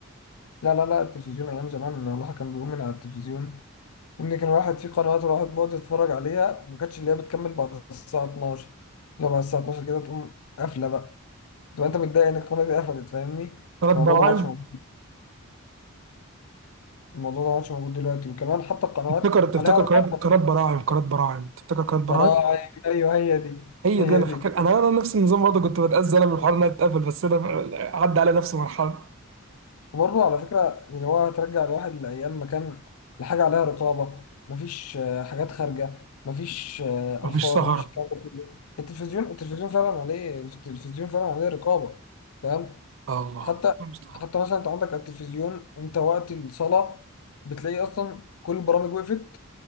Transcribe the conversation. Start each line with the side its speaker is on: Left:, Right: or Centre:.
Left: لا لا لا التلفزيون ايام زمان الواحد كان بيقوم من على التلفزيون ان كان الواحد في قنوات الواحد بيقعد يتفرج عليها وما كانتش اللي هي بتكمل بعد الساعه 12 لو بعد الساعه 12 كده تقوم قافله بقى تبقى انت متضايق ان القناه دي قفلت فاهمني
Right: قناة براعم
Left: الموضوع ده ما عادش موجود الموضوع ده ما عادش موجود دلوقتي وكمان حتى القنوات
Right: تفتكر تفتكر
Left: عليها رقابه
Right: قناة قناة براعم قناة براعم تفتكر قناة براعم
Left: براعم ايوه هي دي
Right: هي
Left: هي
Right: دي أنا
Left: دي
Right: فاكر أنا أنا نفس النظام برضه كنت بتأذى أنا من الحوار إنها تتقفل بس أنا عدى على نفس المرحلة
Left: وبرضه على فكره اللي هو ترجع الواحد لايام ما كان الحاجه عليها رقابه مفيش آه، حاجات خارجه مفيش آه،
Right: مفيش
Left: الفاظ
Right: سهر
Left: مفيش الكلام ده كله التلفزيون التلفزيون فعلا عليه التلفزيون فعلا عليه رقابه تمام
Right: آه الله
Left: حتى
Right: المستعان
Left: حتى مثلا انت عندك على التلفزيون انت وقت الصلاه بتلاقي اصلا كل البرامج وقفت